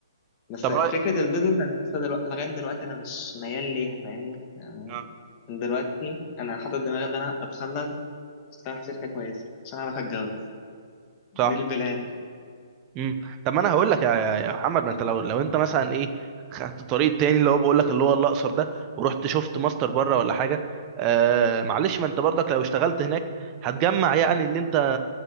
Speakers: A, on the left; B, on the right.
A: بس
B: طب
A: فكرة
B: رايك
A: البيزنس أنا لسه دلو... لغاية دلوقتي أنا مش ميال ليها فاهمني يعني
B: اه
A: من دلوقتي أنا حاطط دماغي إن أنا أتخرج أشتغل في شركة كويسة عشان أعرف أتجوز دي
B: صح
A: البلان
B: امم طب ما انا هقول لك يا يا يا محمد ما انت لو لو انت مثلا ايه خدت طريق تاني اللي هو بقول لك اللي هو الاقصر ده ورحت شفت ماستر بره ولا حاجه آه معلش ما انت برضك لو اشتغلت هناك هتجمع يعني اللي انت